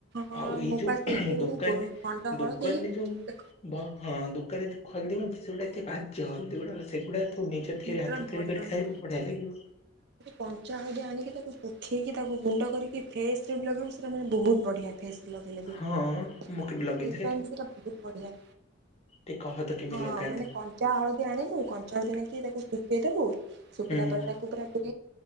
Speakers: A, on the right; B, on the left.
A: ହଁ
B: ଆଉ
A: ମୁଁ
B: ଏଇ ଯୋଉ
A: ପା ସେଇ
B: ଦୋକାନରେ
A: ଖଣ୍ଡ ହଳଦୀ
B: ଦୋକାନରେ ଯୋଉ
A: ସେ
B: ହଁ ଦୋକାନରେ ଯୋଉ ହଲଦୀ ମିଳୁଚି ସେଗୁଡ଼ା ଏତେ ବାଜେ ହଳଦୀ ଗୁଡା ସେଗୁଡା ତୁ ନିଜ
A: ଖଣ୍ଡ
B: ତିଆରି ହାତ
A: ଟା
B: ତିଆରି
A: ଭଲ
B: କରି ଖାଇବୁ
A: ନୁହଁ
B: ବଢିଆ ଲାଗିବ।
A: କଞ୍ଚା ହଳଦୀ ଆଣିକି ତାକୁ ସୁଖେଇକି ତାକୁ ଗୁଣ୍ଡ କରିକି ଫେସ୍ କ୍ରିମ୍ ଲଗେଇବ ସେଇଟା ମାନେ ବହୁତ ବଢିଆ। ଫେସ ଲବ ଲ ବି
B: ହଁ
A: ଫେସ
B: ମୁଁ କେବେ ଲଗେଇନି
A: ପାଇଁ କି ସେଇଟା ବହୁତ ବଢିଆ।
B: ଟ କହ ତ। କେମିତି
A: ହଁ
B: ଲଗାନ୍ତି?
A: ମାନେ କଞ୍ଚା ହଳଦୀ ଆଣିବୁ କଞ୍ଚା ହଳଦୀ ଆଣିକି ଶୁଖେଇ ଦବୁ ଶୁଖେଇିଲା
B: ହୁଁ
A: ପରେ ତାକୁ ପୁରା ପ